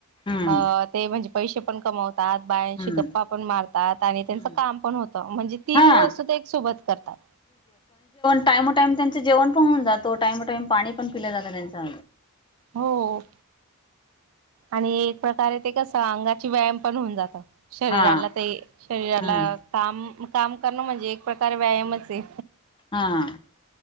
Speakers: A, on the left (about 20°); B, on the right (about 65°).
A: हम्म
B: ह ते म्हणजे पैसे पण कमावत. बायांशी
A: हम्म
B: गप्पा पण मारतात, आणि त्यांच
A: हम्म
B: काम पण होत, म्हणजे तीन
A: हा
B: वस्तू ते एक सोबत करतात.
A: टाइमो टाइम त्यांचं जेवण पण हून जातो टाइमो टाइम पाणी पण पिलं जातं त्यांच <inaudible>
B: हो आणि एक प्रकारे ते कसं अंगाची व्यायाम पण होऊन जात. शरीराला
A: हा
B: ते शरीराला
A: हम्म
B: काम काम करणं म्हणजे, एक प्रकार व्यायामच हे.
A: हा